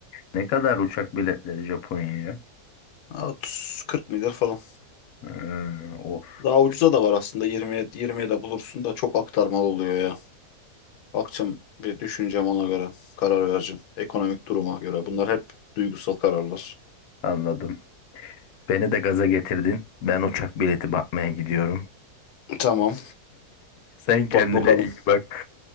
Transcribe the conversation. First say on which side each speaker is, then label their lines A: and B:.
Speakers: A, on the left (about 70°); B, on the left (about 80°).
A: Ne kadar uçak biletleri Japonya'ya?
B: Ha, 30 40 milyar falan.
A: Ee, of,
B: Daha ucuza da var aslında 20 20'ye de bulursun da çok aktarmalı oluyor ya. Bakacağım bir düşüneceğim ona göre karar vereceğim. Ekonomik duruma göre. Bunlar hep duygusal kararlar.
A: anladım. Beni de gaza getirdin. Ben uçak bileti bakmaya gidiyorum.
B: Tamam.
A: Sen kendine
B: Bak bakalım.
A: iyi bak.